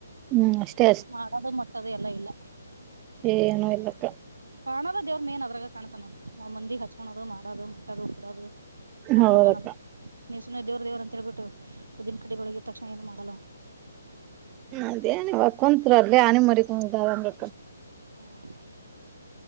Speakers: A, on the right; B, on the right.
A: ಹ್ಮ್ ಅಷ್ಟೇ
B: ಮಾಡೋದು ಮಟ್ಟದು ಎಲ್ಲ ಇಲ್ಲ
A: ಏನೋ ಇಲ್ಲಕ್ಕ
B: ಕಾಣೋದ ದೇವ್ರ ಮೇನ್ ಅದರಾಗ ಕಾಣ್ತನ ನಾವ್ ಮಂದಿ ಹಚ್ಕೋದು ಮಾಡೋದು ಮಟ್ಟದು ಕೂಡೋದು ಅದ್ರಾಗ
A: ಹೌದಕ್ಕ
B: ನಮ್ <inaudible> ನೀವು ಸುಮ್ಮನೆ ದೇವ್ರ ದೇವ್ರರು ಅಂತೇಳ್ಬಿಟ್ಟು ಊದ್ದಿನ ಕಡ್ಡಿ ಬೆಳಗಿದ ತಕ್ಷಣ ಏನು ಮಾಡೋಲ್ಲ ಅವನು
A: ಅದೇನವ ಕುಂತ್ರ ಅಲ್ಲಿ ಆನೆ ಮರಿಕೊಂಡ ಅಂದ
B: ಹ್ಮ